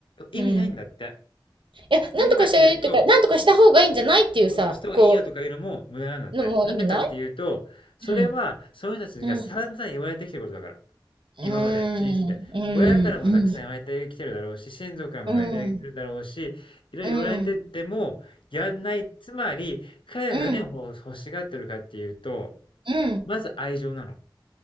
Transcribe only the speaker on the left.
意味ないんだって。
なんでかっていうと、そうそう、してもいいよとかいうのも無駄なんだって。
なんでかっていうと、それはその人たちが散々言われてきたことだから。
今まで、人生で。親からもたくさん言われてきてるだろうし、親族からも言われているだろうし、
いろいろ言われててもやんない。
つまり、彼らが何をほ欲しがってるかっていうと、
まず愛情なの。